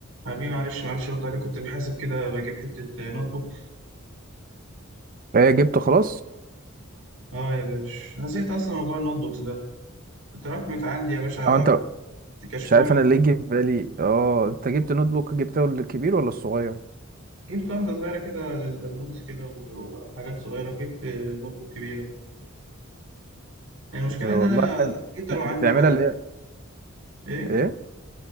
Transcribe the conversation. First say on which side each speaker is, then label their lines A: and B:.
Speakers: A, on the right; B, on the right.
A: حبيبي معلش معلش ارد عليك كنت بحاسب كده بجيب حتة نوت بوك
B: ايه جبته خلاص
A: اه يا باشا انا زهقت اصلا من موضوع النوت بوكس ده اتراكمت عندي يا باشا
B: اه انت
A: كنت كشكول
B: مش عارف
A: و-
B: انا اللي يجي في بالي اه انت جبت نوت بوك جبته الكبير ولا الصغير
A: جبت واحدة صغيرة كده للنوتس كده وحاجات صغيرة وجبت نوت بوك كبيرة المشكلة
B: آه،
A: ان
B: والله
A: انا كتروا عندي
B: بتعملها
A: بقى
B: اللي هي
A: ايه
B: ايه